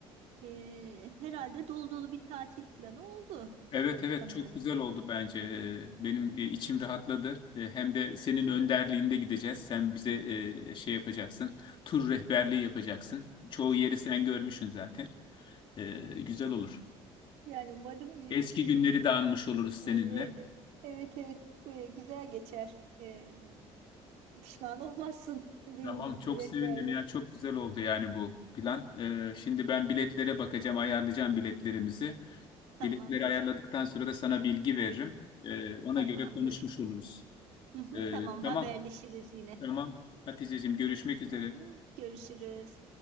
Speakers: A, on the right (about 75°); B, on the left (about 45°).
A: E, herhalde dolu dolu bir tatil planı oldu
B: Evet evet
A: sanıyorum.
B: çok güzel oldu bence. Ee, Benim e, içim rahatladı. Ee, Hem de senin önderliğinde gideceğiz. Sen bize e, şey yapacaksın. Tur rehberliği yapacaksın. Çoğu yeri sen görmüşsün zaten. Ee, Güzel olur.
A: Yani umarım e,
B: Eski günleri de anmış oluruz seninle.
A: e, e, evet evet e, güzel geçer. E, pişman olmazsın <laughs> benim
B: Tamam
A: gibi
B: çok
A: bir rehberle.
B: sevindim ya. Çok güzel oldu yani bu plan.
A: <laughs>
B: Ee, Şimdi ben biletlere bakacağım, ayarlayacağım biletlerimizi.
A: Tamamdır.
B: Biletleri ayarladıktan sonra da sana bilgi veririm. Ee, Ona
A: Tamamdır.
B: göre konuşmuş oluruz.
A: Hı hı,
B: Ee,
A: Tamam
B: Tamam
A: haberleşiriz yine.
B: tamam. Haticeciğim görüşmek üzere.
A: Hı hı. Görüşürüz.